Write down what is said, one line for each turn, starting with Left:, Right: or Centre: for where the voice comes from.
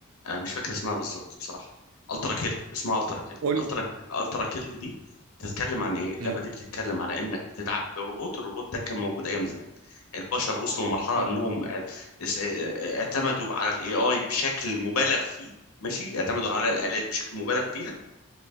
Left: آه مش فاكر اسمها بالظبط بصراحه الترا كيل اسمها الترا كيل
Right: قول
Left: الترا الترا كيل دي بتتكلم عن ايه اللعبه
Right: مم.
Left: دي بتتكلم على انك بتلعب بروبوت الروبوت ده كان موجود ايام زمان البشر وصلوا لمرحله
Right: مم.
Left: انهم آه، اس- آه، آه، اعتمدوا على الاي اي بشكل مبالغ فيه ماشي اعتمدوا على الالات بشكل مبالغ فيها